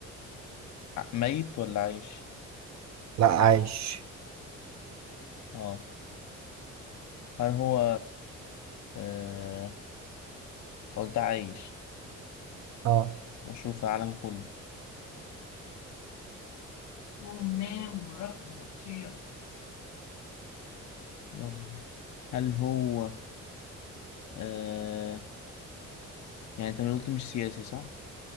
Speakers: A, on the left; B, on the right.
A: ع- ميت ولا عايش
B: لا عايش
A: اه هل هو أه قلت عايش
B: اه
A: مشهور في العالم كله ونام ورقم ومطيع يلا هل هو آه يعني انت ما قلت مش سياسي صح؟